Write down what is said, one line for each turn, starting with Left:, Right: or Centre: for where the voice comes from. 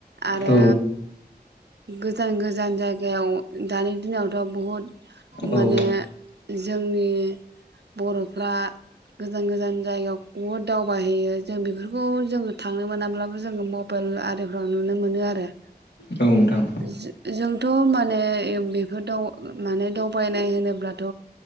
Right: आरो
Left: औ
Right: गोजान गोजान जायगायाव दानि दिनावथ' बुहुद
Left: औ
Right: माने जोंनि बर'फ्रा गोजान गोजान जायगायाव बुहुद दावबायहैयो जों बेफोरखौ जोङो थांनो मोनाब्लाबो जोङो म' पोल आरिफ्राव नुनो मोनो आरो
Left: औ नोंथां।
Right: <unintelligible> जोंथ' माने ए बेफोर दाव माने दावबायनाय होनोब्लाथ'